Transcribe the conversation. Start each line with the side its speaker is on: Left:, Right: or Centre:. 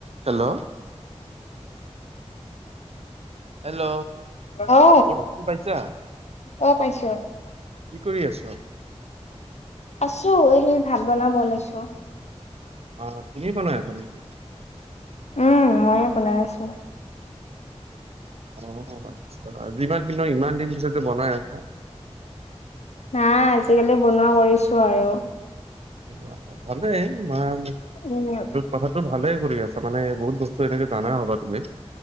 Right: Hello. Hello.
Left: অ
Right: মোৰ বস্তু পাইছা
Left: অ পাইছো।
Right: কি কৰি আছ।
Left: আছোঁ এই ভাত বনাব ওলাইছোঁ।
Right: অ তুমি বনাই আছা নেকি।
Left: উম ময়েই বনাই আছোঁ।
Right: অ আচ্ছা যিমান ইমান দিন পিছত যে বনাই আছা।
Left: নাই আজিকালি বনোৱা কৰিছোঁ আৰু
Right: <unintelligible> ভালেই মান
Left: উম
Right: কথাটো ভালে কৰি আছা মানে বহুত বস্তু এনেকে জানা হ'বা তুমি।